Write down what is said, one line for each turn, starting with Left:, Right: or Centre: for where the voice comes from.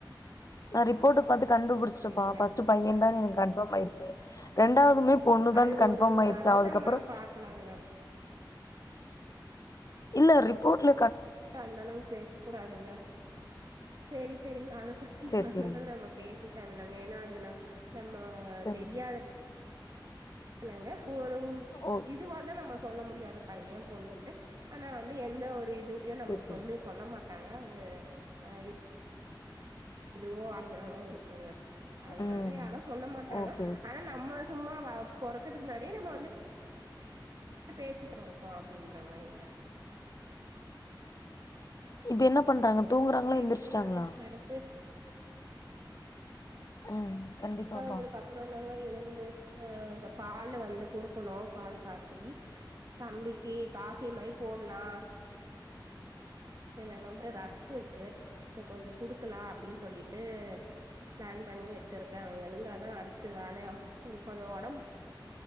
Left: நா ரிப்போர்ட பாத்து கண்டுபுடிச்சுட்டப்பா
Right: சரிங்க
Left: ஃபர்ஸ்ட்டு பைய தா கன்ஃபார்ம் ஆயிருச்சு ரெண்டாவதுமே பொண்ணு
Right: அது
Left: தான் கன்ஃபார்ம்
Right: ஒரு ஓரளவு
Left: ஆயிருச்சு அதுக்கப்புறோ
Right: நம்ம பாக்கலாங்க
Left: இல்ல ரிப்போட்ல
Right: அந்த அளவுக்கு பேச கூடாதுங்க செரி செரிங்க அத
Left: சேரி
Right: அந்தளவு
Left: சேரிங்க
Right: நம்ம பேச தேவலங்க ஏன்னா அது நம் நம்ம
Left: சரிங்க
Right: தெரியாத ல்லங்க ஒரு
Left: ஓகே
Right: இதுவா தா நம்ம சொல்ல முடியு அத பைய பொண்ணுன்ட்டு ஆனா வந்து எந்த ஒரு இது லயு நமக்கு
Left: சேரி சேரி
Right: சொல்லு சொல்ல மாட் ட்டாங்க அது ஆஹ் இதுவு ஆயரலு இருக்குங்க அதனால
Left: ம்
Right: யாரு சொல்ல மாட்டாங்க
Left: ஓகே
Right: ஆனா நம்ம சும்மா பொறக்கறதுக்கு முன்னாடியே நம்ம வந்து பேசிக்க போறக்கு அப்படின்றமாிங்க
Left: இப்ப என்ன பண்றாங்க தூங்குறாங்களா
Right: சேரி
Left: எந்திர் ச்சுட்டாங்களா
Right: சேரிங்க அடுத்து
Left: ம் கண்டிப்பாப்பா
Right: இருக்காங்க இதுக்க அப்ரோ தாங்க எழுந்து ஆஹ் இத பால் வந்து குடுக்கணு பால் காசி தம்பி டீ காபி மாரி போடலா இல்ல நம ரஸ்க் இருக்கு சோ கொஞ்சோ குடுக்கலா அப்படின்னு சொல்லிட்டு பிளான் பண்ணி வச்சிருக் அவன் எழுந்தாதான் அடுத்து வேலையாகு கொஞ்சஒடம்